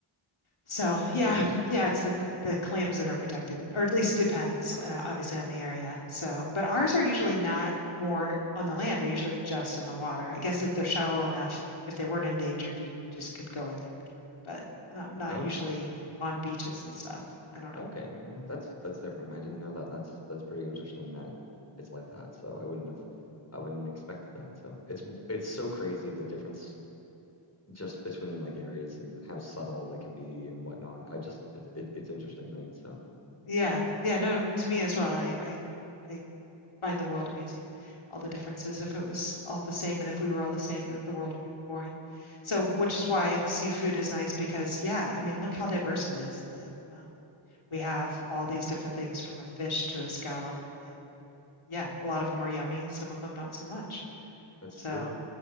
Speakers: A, on the left (about 75°); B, on the left (about 30°).
A: so yeah, yeah, it's the the clams that are protected, or at least depends uh, obviously on the area. So, but ours are usually not more on the land; they're usually just on the water. I guess that they're shallow enough. If they weren't endangered, you just could go in there and get them, but um, not
B: Okay.
A: usually on beaches and stuff. I don't know.
B: Okay. No, that's that's different. I didn't know that. That's that's pretty interesting that it's like that. So I wouldn't have I wouldn't expect that. So it's it's so crazy the difference just between like areas and how subtle it can be and whatnot. I just it, it it's interesting, right? So
A: Yeah, yeah, no, to me as well. I I, I find the world amusing, all the differences. If it was all the same and if we were all the same, uh, the world would be boring. So,
B: yeah,
A: which is why seafood is nice because, yeah, I mean, look how diverse it is that um, we have all these different things from a fish to a scallop. And yeah, a lot of them are yummy, some of them not so much.
B: that's
A: So,
B: true.